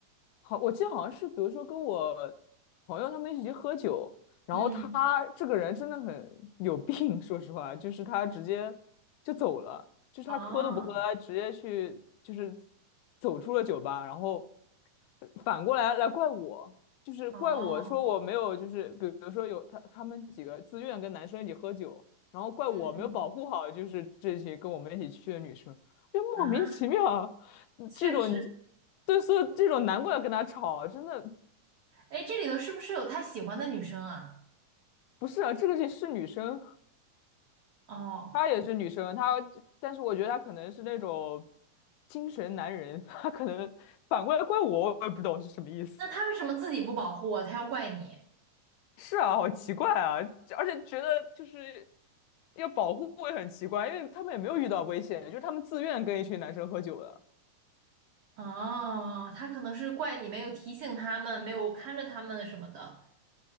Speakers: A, on the left; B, on the right.
A: 好，我记得好像是，比如说跟我朋友他们一起喝酒，然后他这个人真的很有病，
B: 嗯，
A: <laughs> 说实话，就是他直接就走了，就是他喝都不喝，
B: 哦，
A: 他直接去就是走出了酒吧，然后反过来来怪我。就是怪我说我没有，
B: 哦，
A: 就是比如说有他他们几个自愿跟男生一起喝酒，然后怪我没有保护好，
B: 嗯嗯
A: 就是这些跟我们一起去的女生，就莫名其妙，
B: 啊，
A: 嗯这种你
B: 确实，
A: 对，所以这种难怪要跟他吵，真的
B: 哎，这里头是不是有他喜欢的女生啊？
A: 不是啊，这个是是女生，
B: 哦，
A: 她也是女生，她但是我觉得她可能是那种精神男人，她可能反过来怪我，我也不懂是什么意思。
B: 那他为什么自己不保护啊？他要怪你？
A: 是啊，好奇怪啊，就而且觉得就是要保护会很奇怪，因为他们也没有遇到危险，就是他们自愿跟一群男生喝酒的，
B: 哦，他可能是怪你没有提醒他们，没有看着他们什么的。